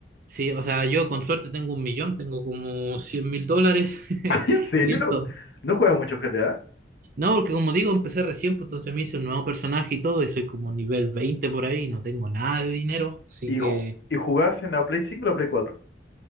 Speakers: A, on the right (about 50°); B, on the left (about 70°).
A: Sí, o sea, yo con suerte tengo un millón, tengo como cien mil dólares. <laughs>
B: <laughs> ¿En serio?
A: Listo.
B: ¿No, no juegas mucho GTA?
A: No, porque como digo, empecé recién, pues entonces me hice un nuevo personaje y todo, y soy como nivel 20 por ahí, no tengo nada de dinero, así
B: ¿Y,
A: que
B: ju- y jugás en la Play cinco o la Play 4?